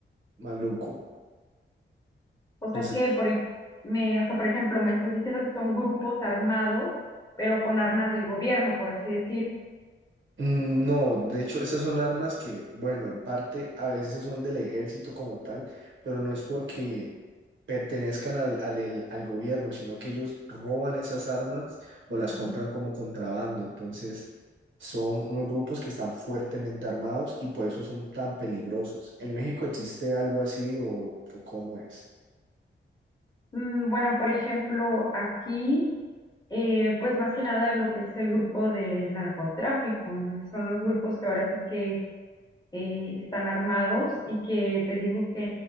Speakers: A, on the right (about 70°); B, on the left (about 20°).
A: maluco.
B: O sea
A: Entonces,
B: que por ej- me, o sea, por ejemplo, me estás diciendo que son grupos armados, pero con armas del gobierno, por así decir.
A: Mm, No, de hecho, esas son armas que, bueno, en parte a veces son del ejército como tal, pero no es porque pertenezcan al, al, el- al gobierno, sino que ellos roban esas armas o las compran
B: Ujú.
A: como contrabando. Entonces, son unos grupos que están fuertemente armados y por eso son tan peligrosos. ¿En México existe algo así o, o cómo es?
B: Mm, Bueno, por ejemplo, aquí, eh, pues más que nada lo que es el grupo de narcotráfico, ¿no? Son los grupos que ahora sí que eh, están armados y que te digo que